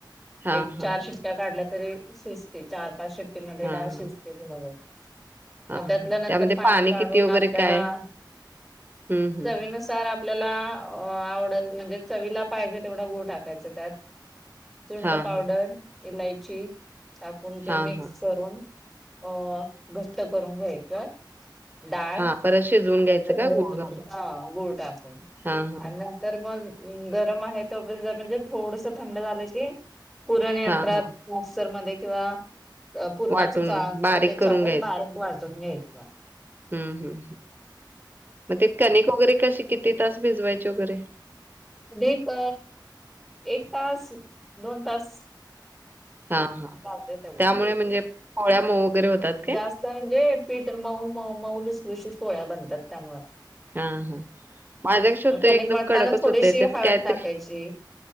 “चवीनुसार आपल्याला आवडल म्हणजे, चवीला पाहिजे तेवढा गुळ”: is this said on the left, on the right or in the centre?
Centre